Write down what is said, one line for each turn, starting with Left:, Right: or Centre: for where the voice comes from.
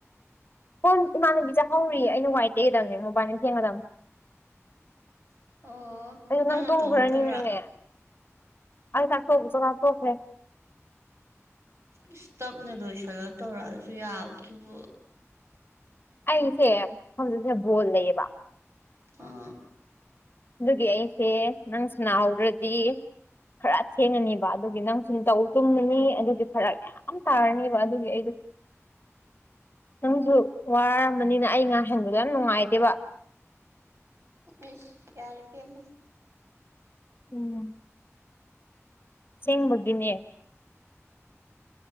Left: ꯐꯣꯟ ꯏꯃꯥꯟꯅꯕꯤ ꯆꯥꯛꯍꯧꯔꯤ ꯑꯩꯅ ꯋꯥꯏ ꯇꯩꯗꯕꯅꯦ ꯃꯣꯕꯥꯏꯜ ꯀꯦ ꯃꯦꯗꯥꯝ
Right: ꯑꯣ
Left: ꯑꯣ ꯅꯪ
Right: ꯅꯇꯣꯝꯇꯔꯥ
Left: ꯇꯣꯡꯈ꯭ꯔꯅꯤꯅꯅꯦ ꯑꯩ ꯇ ꯇꯣꯛꯁꯨ ꯇ ꯇꯣꯛꯈ꯭ꯔꯦ
Right: ꯏꯁ ꯇꯞꯅ ꯂꯣꯏꯁꯤꯜꯂ ꯇꯧꯔꯛꯑꯁꯨ ꯌꯥꯕꯗꯨꯕꯨ
Left: ꯑꯩꯁꯦ ꯍꯧꯖꯤꯛꯁꯦ ꯕꯣꯜ ꯂꯩꯌꯦꯕ
Right: ꯑꯥ
Left: ꯑꯗꯨꯒꯤ ꯑꯩꯁꯦ ꯅꯪ ꯁꯅꯥꯍꯧꯗ꯭ꯔꯗꯤ ꯈꯔ ꯊꯦꯡꯉꯅꯤꯕ ꯑꯗꯨꯒꯤ ꯅꯪ ꯁꯨꯝ ꯇꯧ ꯇꯨꯝꯃꯅꯤ ꯑꯗꯨꯒꯤ ꯐꯔꯛ ꯌꯥꯝ ꯇꯥꯔꯅꯤꯕ ꯑꯗꯨꯒꯤ ꯑꯩꯗ <inaudible> ꯅꯪꯁꯨ ꯋꯥꯔꯝꯕꯅꯤꯅ ꯑꯩ ꯉꯥꯡꯁꯤꯟꯕꯗ ꯌꯥꯝ ꯅꯨꯡꯉꯥꯏꯗꯦꯕ
Right: ꯁ ꯌꯥꯔ ꯄꯃ
Left: ꯎꯝ ꯁꯤꯡꯕꯒꯤꯅꯦ